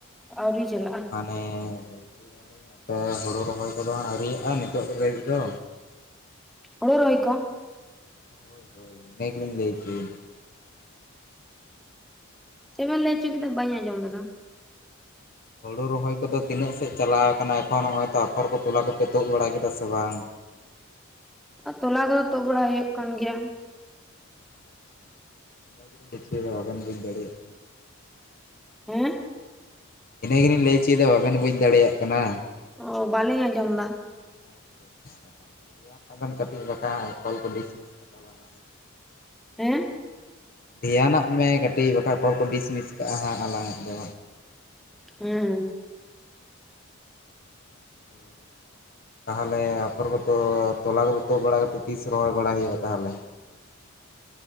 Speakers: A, in the centre; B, on the left (about 40°).
A: ᱟᱹᱣᱨᱤ ᱪᱟᱞᱟᱜᱼᱟ
B: ᱢᱟᱱᱮ ᱞᱟᱹᱭ ᱦᱪᱚᱭᱮᱫᱟᱞᱤᱧ ᱟᱯᱮ ᱦᱳᱲᱳ ᱨᱚᱦᱚᱭ ᱠᱚᱫᱚ ᱟᱹᱣᱨᱤᱭᱟᱜᱼᱟ ᱱᱤᱛᱚᱜ ᱞᱟᱜᱤᱫ ᱫᱚ
A: ᱦᱳᱲᱳ ᱨᱚᱦᱚᱭ ᱠᱚ
B: ᱦᱳᱭ ᱦᱳᱭ ᱤᱱᱟᱹ ᱜᱮᱞᱤᱧ ᱞᱟᱹᱭ ᱚᱪᱚᱭᱮᱫᱟ᱾
A: ᱪᱮᱜ ᱵᱮᱱ ᱞᱟᱹᱭ ᱪᱚ ᱠᱮᱫᱟ ᱵᱟᱹᱧ ᱟᱸᱡᱚᱢ ᱞᱮᱫᱟ
B: ᱦᱳᱲᱩ ᱨᱚᱦᱚᱭ ᱠᱚᱫᱚ ᱛᱤᱱᱟᱹᱜ ᱥᱮᱫ ᱪᱟᱞᱟᱣ ᱠᱟᱱᱟ ᱮᱠᱷᱚᱱ ᱱᱚᱜ ᱚᱭ ᱛᱚ ᱟᱯᱷᱚᱨ ᱠᱚ ᱛᱚᱞᱟ ᱠᱚᱯᱮ ᱛᱩᱫ ᱵᱟᱲᱟ ᱠᱮᱫᱟ ᱥᱮ ᱵᱟᱝ
A: ᱟᱨ ᱛᱚᱞᱟ ᱠᱚᱫᱚ ᱛᱩᱫ ᱵᱟᱲᱟ ᱦᱩᱭᱩᱜ ᱠᱟᱱ ᱜᱮᱭᱟ
B: <inaudible> <inaudible> ᱵᱟᱵᱤᱱ ᱵᱩᱡ ᱫᱟᱲᱮᱭᱟᱜ
A: ᱦᱮᱜ
B: ᱤᱱᱟᱹ ᱜᱨᱞᱤᱧ ᱞᱟᱹᱭ ᱚᱪᱚᱭᱫᱟ ᱵᱟᱵᱮᱱ ᱵᱩᱡᱽ ᱫᱟᱲᱮᱭᱟᱜ ᱠᱟᱱᱟ
A: ᱚ ᱵᱟᱞᱤᱧ ᱟᱸᱡᱚᱢ ᱮᱫᱟ
B: ᱟᱪᱪᱷᱟ ᱟᱪᱪᱷᱟ ᱫᱮᱭᱟᱱ ᱟᱜ ᱵᱮᱱ ᱠᱟᱹᱴᱤᱡ ᱵᱟᱠᱷᱟᱡ ᱠᱚᱞ ᱠᱚ ᱰᱤᱥᱢᱤᱥ ᱪᱟᱞᱟᱜᱟ ᱦᱟᱜ
A: ᱦᱮᱸ
B: ᱫᱷᱮᱭᱟᱱᱟᱜ ᱢᱮ ᱠᱟᱹᱴᱤᱡ ᱵᱟᱠᱷᱟ ᱠᱚᱞ ᱠᱚ ᱰᱤᱥᱢᱤᱥ ᱠᱟᱜᱼᱟ ᱦᱟᱸᱜ ᱟᱞᱟᱝ ᱟᱜ ᱫᱚ
A: ᱦᱮ
B: ᱛᱚ ᱛᱟᱦᱚᱞᱮ ᱟᱯᱷᱳᱨ ᱠᱚᱫᱚ ᱛᱚᱞᱟ ᱠᱚᱫᱚ ᱛᱩᱫ ᱵᱟᱲᱟ ᱠᱟᱛᱮᱫ ᱛᱤᱥ ᱨᱚᱦᱚᱭ ᱵᱟᱲᱟᱭ ᱦᱩᱭᱩᱜᱼᱟ ᱛᱟᱦᱚᱞᱮ